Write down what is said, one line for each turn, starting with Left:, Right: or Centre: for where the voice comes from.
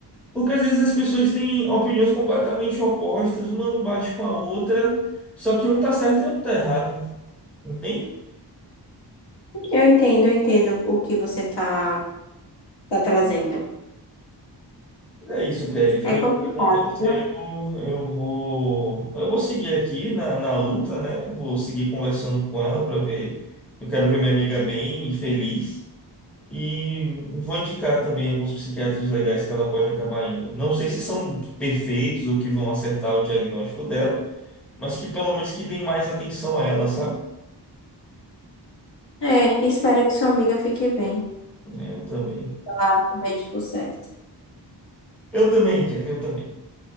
Centre: Porque às vezes as pessoas têm opiniões completamente opostas, uma não bate com a outra, só que um tá certo e o outro tá errado. Entende?
Left: Eu entendo, eu entendo o que você tá, tá trazendo.
Centre: É isso, Kelly. Foi
Left: É complicado,
Centre: o que aconteceu.
Left: viu?
Centre: Eu vou, eu vou seguir aqui na, na luta, né? Eu vou seguir conversando com ela para ver. Eu quero ver minha amiga bem e feliz. E vou indicar também alguns psiquiatras legais que ela pode acabar indo. Não sei se são perfeitos ou que vão acertar o diagnóstico dela, mas que pelo menos que deem mais atenção a ela, sabe?
Left: É, espero que sua amiga fique bem.
Centre: É, Eu também.
Left: Ela ache o médico certo.
Centre: Eu também, Kelly, eu também.